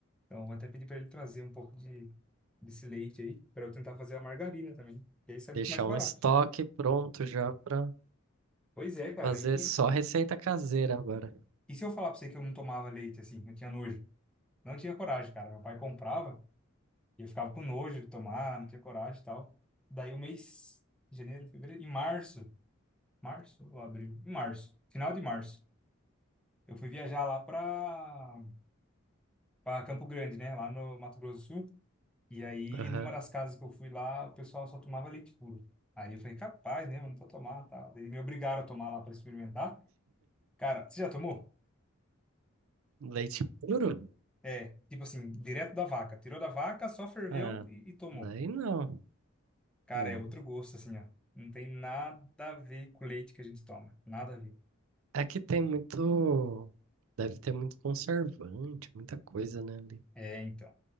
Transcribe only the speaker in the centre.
Então, eu vou até pedir para ele trazer um pouco de desse leite aí para eu tentar fazer a margarina também. E aí isso é
muito mais barato.
Pois é, cara.
E, e,
e se eu falar para você que eu não tomava leite assim, eu tinha nojo. Não tinha coragem, cara. Meu pai comprava E eu ficava com nojo de tomar, não tinha coragem e tal. Daí o mês, janeiro, fevereiro, em março, março ou abril? Em março, final de março, eu fui viajar lá pra, pra Campo Grande, né? Lá no Mato Grosso do Sul. E aí,
numa das casas que eu fui lá, o pessoal só tomava leite puro. Aí eu falei, capaz, né? Eu não vou tomar, tá? Daí me obrigaram a tomar lá pra experimentar. Cara, você já tomou?
É, tipo assim, direto da vaca. Tirou da vaca, só ferveu
e, e tomou.
Cara,
é outro gosto, assim, ó. Não tem nada a ver com o leite que a gente toma. Nada a ver.
É, então.